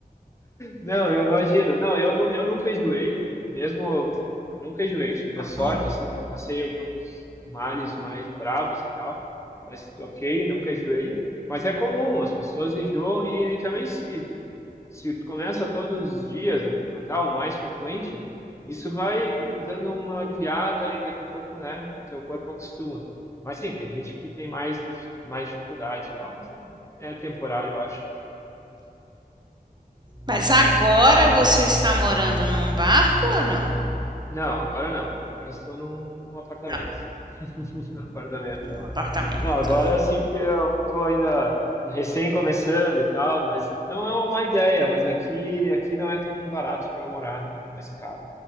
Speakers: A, on the left; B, on the right.
A: Não, eu imagino. Não, eu, nu- eu nunca enjoei, mesmo nunca enjoei. Tive a sorte,
B: hum.
A: assim, já passei alguns mares mais bravos e tal, mas ok, nunca enjoei. Mas é comum, as pessoas enjoam e, ele também se, se tu começa todos os dias a frequentar, ou mais frequente, isso vai dando uma aliviada e daqui a pouco, né, o teu corpo acostuma. Mas sim, tem gente que tem mais, dif- mais dificuldade e tal, mas é, é temporário, eu acho.
B: Mas agora você está morando num barco ou não?
A: Não, agora não. Agora eu estou num, num apartamento.
B: Não,
A: <laughs> Num apartamento, é.
B: num apartamento.
A: Não, agora sim, porque eu estou ainda recém começando e tal, mas não é uma má ideia, mas aqui, aqui não é tão barato para morar, é mais caro.